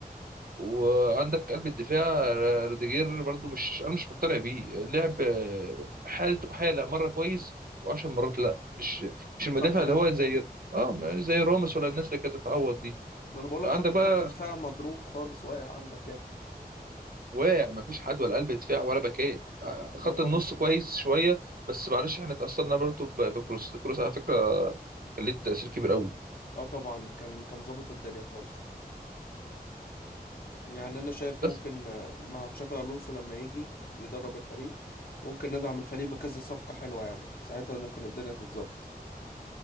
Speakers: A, on the right; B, on the left.
A: وعندك قلب الدفاع روديجير برضو مش انا مش مقتنع بيه لعب آه، حالته حاله مره كويس وعشر مرات لا مش مش المدافع
B: صح جدا
A: اللي هو زي اه مش زي راموس ولا الناس اللي كانت تتعوض دي
B: ما انا بقول لك
A: عندك
B: خط
A: بقى
B: خط دفاع مضروب خالص واقع عندك جامد
A: واقع مفيش حد ولا قلب دفاع ولا باكات ع- خط
B: اه طبعا
A: النص كويس شويه بس معلش احنا اتأثرنا برضو ب- بكروس كروس على فكره كان ليه تأثير كبير قوي
B: اه طبعا كان كان ظابط الدنيا خالص يعني انا شايف
A: بس
B: ممكن آه، مع تشافي الونسو لما يجي يدرب الفريق ممكن ندعم الفريق بكذا صفقة حلوة يعني ساعتها ممكن الدنيا تتظبط